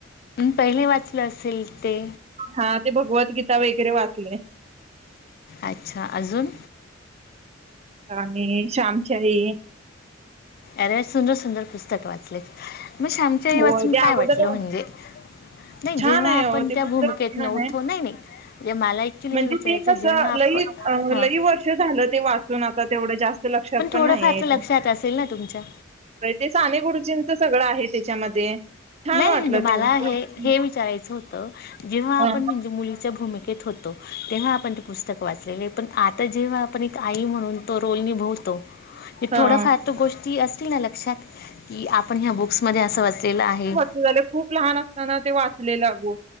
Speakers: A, on the left; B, on the right.
A: पहिले वाचलं असेल ते
B: हा ते भगवद्गीता वगैरे वाचले
A: अच्छा अजून
B: राणी श्यामच्याई
A: अरे सुंदर सुंदर पुस्तक वाचले मग श्यामच्याई
B: होय,
A: वाचून
B: त्या
A: काय
B: अगोदर
A: वाटलं म्हणजे नाही
B: छान
A: जेव्हा
B: आहे
A: आपण
B: हो ते
A: त्या भूमिकेत
B: पुस्तक छान
A: नव्हतो
B: आहे.
A: नाही नाही म्हणजे मला ॲक्च्युली
B: म्हणजे
A: हे विचारायचं
B: ते कस
A: जेव्हा आपण
B: लई
A: हां
B: ल वर्ष झालं ते वाचून आता तेवढं जास्त लक्षात पण
A: थोडंफार
B: नाही
A: तर लक्षात असेल ना तुमच्या
B: ते साने गुरुजींचं सगळं आहे त्याच्यामध्ये छान
A: नाही
B: वाटलं
A: नाही म्हणजे मला
B: ते ऐकून.
A: हे हे विचारायचं होत जेव्हा
B: हं.
A: आपण म्हणजे मुलीच भूमिकेत होतो तेव्हा आपण पुस्तक वाचलेली पण आत तर जेव्हा आपण एक आई म्हणून तो रोल निभवतो
B: हां.
A: थोडाफार
B: हां,
A: तो गोष्टी अस लक्षात की आपण ह्या बुक्समध्ये असं वाचलेलं आहे
B: झा खूप लहान असताना ते वाचलेलागो